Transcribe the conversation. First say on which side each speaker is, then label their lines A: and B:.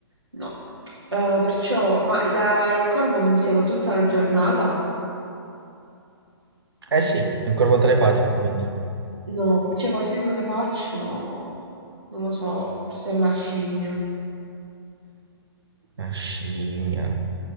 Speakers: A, on the right (about 80°); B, on the right (about 65°).
A: no. Eh, perciò, ma la- il corvo mi segue tutta la giornata?
B: Eh sì, è un corvo telepatico, quindi.
A: No, cioè qualsiasi cosa faccio, no. Non lo so, forse è la scimmia.
B: Una scimmia.